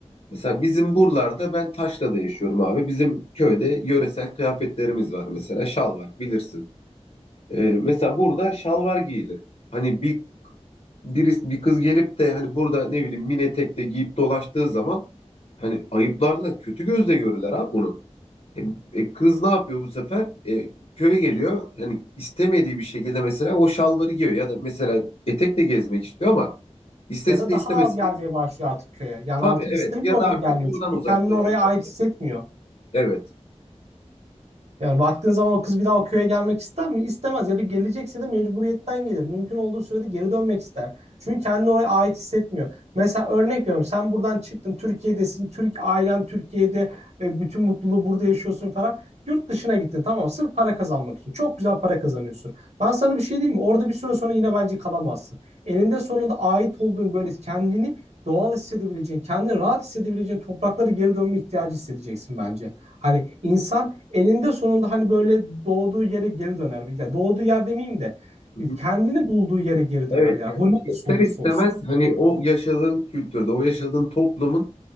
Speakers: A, on the left; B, on the right.
A: Mesela bizim buralarda ben Taşla'da yaşıyorum abi. Bizim köyde yöresel kıyafetlerimiz var mesela. Şal var bilirsin. Ee, mesela burada şalvar giyilir. Hani bir birisi bir kız gelip de hani burada ne bileyim mini etek de giyip dolaştığı zaman hani ayıplarla kötü gözle görürler abi bunu. E, e, kız ne yapıyor bu sefer? E, köye geliyor. Yani istemediği bir şekilde mesela o şalvarı giyiyor ya da mesela etekle gezmek istiyor ama istese
B: Ya da
A: de
B: daha
A: istemesi
B: az gelmeye başlıyor artık köye. Yani
A: tabii
B: artık istemiyor
A: evet ya da
B: oraya
A: artık
B: gelmiyor
A: buradan
B: Çünkü
A: uzaklaşıyor.
B: kendini oraya ait hissetmiyor.
A: Evet.
B: Yani baktığın zaman o kız bir daha o köye gelmek ister mi? İstemez ya da gelecekse de mecburiyetten gelir. Mümkün olduğu sürede geri dönmek ister. Çünkü kendini oraya ait hissetmiyor. Mesela örnek veriyorum sen buradan çıktın Türkiye'desin. Türk ailen Türkiye'de e, bütün mutluluğu burada yaşıyorsun falan. Yurt dışına gittin tamam mı? sırf para kazanmak için. Çok güzel para kazanıyorsun. Ben sana bir şey diyeyim mi? Orada bir süre sonra yine bence kalamazsın. Eninde sonunda ait olduğun böyle kendini doğal hissedebileceğin, kendini rahat hissedebileceğin topraklara geri dönme ihtiyacı hissedeceksin bence. Hani insan Elinde sonunda hani böyle doğduğu yere geri döner. Ya doğduğu yer demeyeyim de
A: Hı
B: e,
A: hı.
B: kendini bulduğu yere geri
A: Evet
B: döner ya.
A: yani
B: Bu neresi
A: ister
B: olursa
A: istemez
B: olsun.
A: hani o yaşadığın kültürde, o yaşadığın toplumun